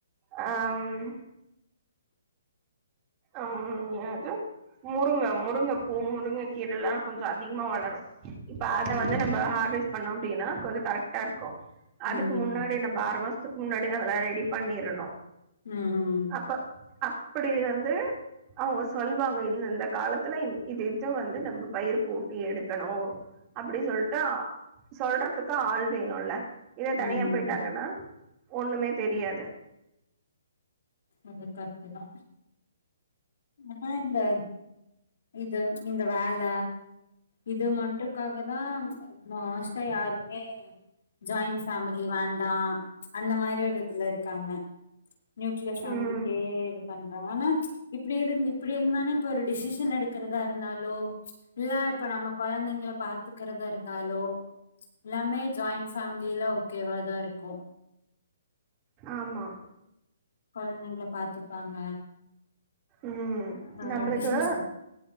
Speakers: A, on the right; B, on the left.
A: ஆ ம் ம் எது முருங்க முருங்க போ முருங்க கீரல்லா கொஞ்சோ அதிகமா வளரு இப்ப அத
B: ஆமா
A: வந்து நம்ம ஹார்வஸ்ட் பண்ணொ அப்டின்னா கொஞ்சோ கரெக்டா இருக்கு அதுக்கு
B: ம்
A: முன்னாடி நம்ம ஆறு மாசத்துக்கு முன்னாடி அதெல்லா ரெடி பண்ணிரணு
B: ம் ம்
A: அப்ப அப்படி வந்து அவங்க சொல்வாங்க இந்த இந்த காலத்துலா இந் இது இது வந்து நம்ம பயிர் போட்டு எடுக்கணு அப்படி சொல்லிட்டு சொல்றதுக்கு ஆள் வேணுமல்லா இதே தனியா
B: ம்
A: போயிட்டாங்கன்னா ஒண்ணுமே தெரியாது
B: அது கரெட்டு தா ஆனா இந்த இது இந்த வேல இது மட்டுக்காக தா மோஸ்டா யாருமே ஜாயிண் பேமிலி வேண்டா அந்த மாரி ஒரு இதுல இருக்காங்க நியூக்ளியர் பேமிலிக்கே
A: ம்
B: இது பண்றாங்க ஆனா இப்டி இருந்து இப்டி இருந்தானே இப்ப ஒரு டிசிஷன் எடுக்கிறதா இருந்தாலோ இல்ல இப்ப நம்ம கொழந்தைங்க ல பாத்து இருக்கரதா இருந்தாலோ எல்லாமே ஜாயிண் பேமிலிலா ஓகேவா தா இருக்கு
A: ஆமா
B: கொழந்தைங்கல பாத்துப்பாங்க
A: ம்
B: ஆ
A: நம்புலுக்கு
B: டிசிஷன்